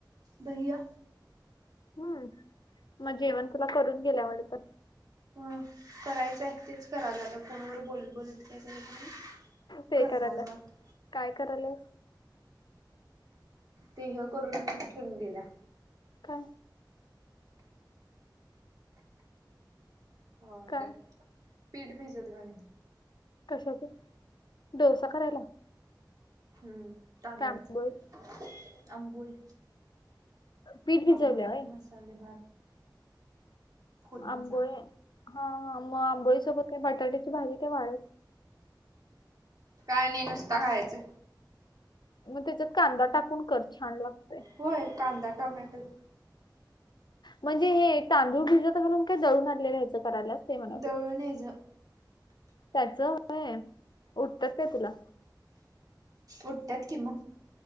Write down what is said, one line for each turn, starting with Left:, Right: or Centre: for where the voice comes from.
Right: भघया.
Left: हम मग जेवण तुला करून गेल्या वाटत.
Right: ह करायचं आहे तेच कराल आता फोनवर बोलत बोलत काय करायचं म्हणून.
Left: ते
Right: करणार
Left: करायला
Right: बग आता.
Left: काय करायलास
Right: तेह करून ठेवून गेला.
Left: का.
Right: ह
Left: काय
Right: डत का पीठ भीजत घाल.
Left: कशाच डोसा करायला.
Right: हम्म. तांदळाच
Left: काय आंबोळी
Right: आंबोळी
Left: पीठ भिजवले
Right: आंबोळी
Left: होय
Right: आणि मस्त. खाल्ले भात. फोडणीचा
Left: आंबोळे हा आंबोळी सोबत काय बटाट्याची भाजी का वाढच-
Right: काय नाही नुसता खायचं.
Left: मग त्याच्यात कांदा टाकून कर छान लागत.
Right: होय कांदा टमॅटो.
Left: म्हणजे हे तांदूळ भिजत घालून काय दळून आणलेलाहायचं करायलास ते म्हणावलोय.
Right: दळून यायचं
Left: त्याच होय उटत्यात काय तुला.
Right: उठतत कि मग